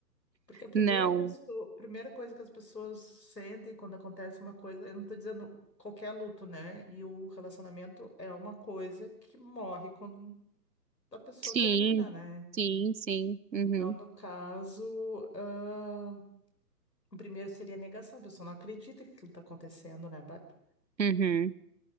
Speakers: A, on the left; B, on the right.
A: Porque a primeira
B: Não.
A: pessoa, primeira coisa que as pessoas sentem quando acontece uma coisa, eu não tô dizendo qualquer luto, né? E o relacionamento é uma coisa que morre quando a pessoa
B: Sim,
A: termina, né?
B: sim, sim.
A: Então,
B: Uhum,
A: no caso, ah, o primeiro seria a negação, a pessoa não acredita que aquilo tá acontecendo, né? Bárbara?
B: uhum.